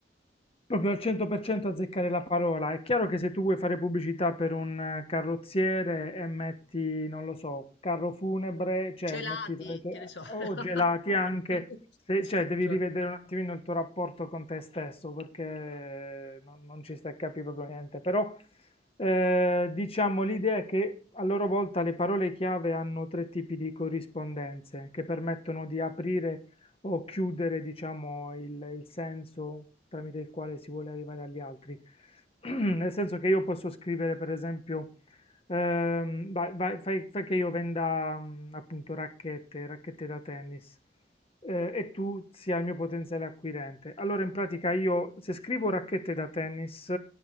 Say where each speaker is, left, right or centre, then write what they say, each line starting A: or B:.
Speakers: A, on the left (about 30°); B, on the left (about 80°).
A: proprio al 100% azzeccare la parola. È chiaro che se tu vuoi fare pubblicità per un eh, carrozziere e metti, non lo so, carro funebre, cioè
B: Gelati,
A: metti tra le tue-
B: che ne so.
A: o gelati
B: <laughs>
A: anche, se-
B: Certo.
A: cioè devi rivedere un attimino il tuo rapporto con te stesso perché non, non ci stai a capire proprio niente, però eh, diciamo, l'idea è che a loro volta le parole chiave hanno tre tipi di corrispondenze che permettono di aprire o chiudere, diciamo, il, il senso tramite il quale si vuole arrivare agli altri. <clears throat> Nel senso che io posso scrivere, per esempio, ehm, vai- vai- fai, fai che io venda mm, appunto racchette, racchette da tennis. eh, e tu sia il mio potenziale acquirente. Allora, in pratica, io se scrivo racchette da tennis,